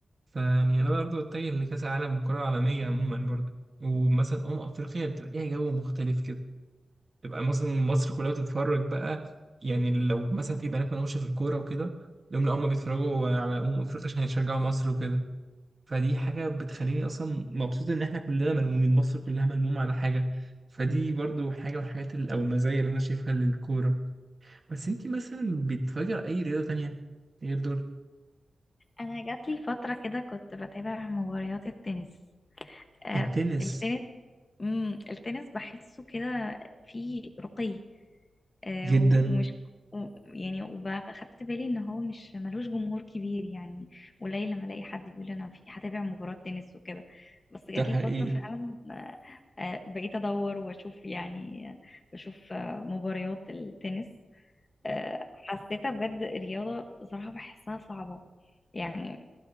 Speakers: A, on the right (about 35°); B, on the left (about 30°).
A: فيعني انا برضه اتجه لكاس العالم والكره العالميه عموما برضه ومثلا امم افريقيا بتبقى ليها جو مختلف كده تبقى مثلا مصر كلها بتتفرج بقى يعني لو مثلا في بنات مالهمش في الكوره وكده لهم لا هم بيتفرجوا على امم افريقيا عشان يشجعوا مصر وكده فدي حاجه بتخليني اصلا مبسوط ان احنا كلنا ملمومين مصر كلها ملمومه على حاجه فدي برضه حاجه من الحاجات ال- او المزايا اللي انا شايفها للكوره بس انت مثلا بتفجر اي رياضه تانية غير دول
B: أنا جات لي فترة كده كنت بتابع مباريات التنس آه
A: التنس
B: التنس امم التنس بحسه كده فيه رقي آه،
A: جدا
B: و- ومش و- يعني وأخدت بالي إن هو مش ملوش جمهور كبير يعني قليل لما ألاقي حد بيقول أنا في هتابع مباراة تنس وكده بس جات
A: ده حقيقي
B: لي فترة فعلا آه، آه، بقيت أدور وأشوف يعني آه، بشوف آه، مباريات التنس آه، حسيتها بجد الرياضة صراحة بحسها صعبة يعني